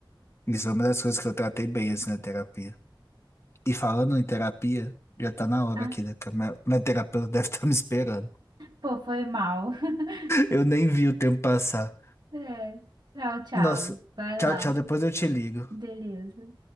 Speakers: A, on the left (about 30°); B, on the right (about 55°).
A: Isso é uma das coisas que eu tratei bem assim na terapia. E falando em terapia, já tá na hora
B: É. Ah,
A: aqui, né? Que a minha, minha terapeuta deve <laughs> estar me esperando.
B: pô, foi mal. <laughs>
A: Eu nem vi o tempo passar.
B: É. Tchau, tchau.
A: Nossa,
B: Vai
A: tchau,
B: lá.
A: tchau. Depois eu te ligo.
B: Beleza.